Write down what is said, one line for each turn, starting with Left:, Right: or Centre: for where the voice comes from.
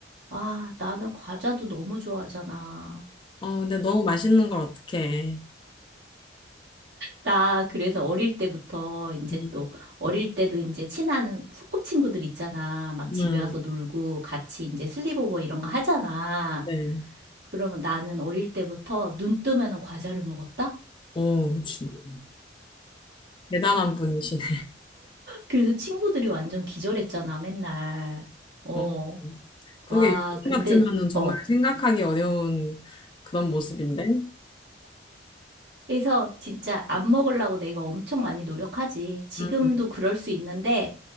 Right: 아, 나는 과자도 너무 좋아하잖아.
Left: 어, 근데 너무 맛있는 걸 어떡해.
Right: 나 그래서 어릴 때부터 이제
Left: 음,
Right: 또 어릴 때도 이제 친한 소꿉친구들 있잖아. 막
Left: 음,
Right: 집에 와서 놀고 같이 이제 슬립오버 이런 거 하잖아.
Left: 네.
Right: 그러면 나는 어릴 때부터 눈 뜨면은 과자를 먹었다?
Left: 오, 진짜 대단한 분이시네.
Right: 그래서 친구들이 완전 기절했잖아, 맨날. 어,
Left: 어, 그게
Right: 와,
Left: 요즘
Right: 근데,
Left: 같으면은 정말
Right: 어,
Left: 생각하기 어려운 그런 모습인데.
Right: 그래서 진짜 안 먹으려고 내가 엄청 많이 노력하지. 지금도
Left: 음,
Right: 그럴 수 있는데,